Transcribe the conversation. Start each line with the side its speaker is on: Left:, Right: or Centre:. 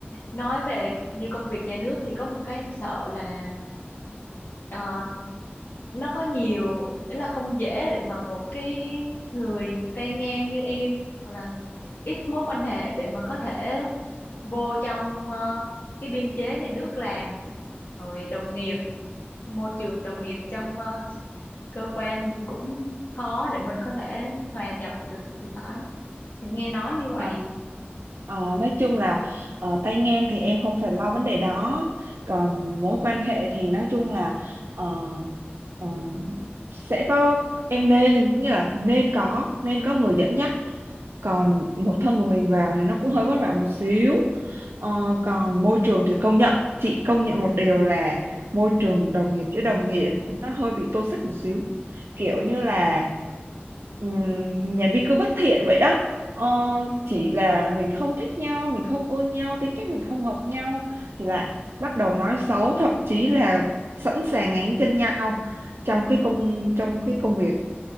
Left: nói về như công việc nhà nước thì có một cái em sợ là ờ, nó có nhiều ý là không dễ để mà một cái người tay ngang như em hoặc là ít mối quan hệ để mà có thể vô trong ờ, cái biên chế nhà nước làm rồi đồng nghiệp môi trường đồng nghiệp trong ờ, cơ quan thì cũng khó để mình có thể hòa nhập được thì phải em nghe nói như vậy
Right: Ờ, ờ, nói chung là ờ, tay ngang thì em không phải lo vấn đề đó còn mối quan hệ thì nói chung là ờ, ờ, sẽ có em nên nghĩa là nên có nên có người dẫn dắt còn một thân một mình vào thì nó cũng hơi vất vả một xíu Ờ, còn môi trường thì công nhận chị công nhận một điều là môi trường đồng nghiệp với đồng nghiệp nó hơi bị toxic một xíu kiểu như là um, nhà vi cứ bất thiện vậy đó Ờ, chỉ là mình không thích nhau mình không ưa nhau tính cách mình không hợp nhau thì lại bắt đầu nói xấu thậm chí là sẵn sàng ngáng chân nhau trong cái công trong cái công việc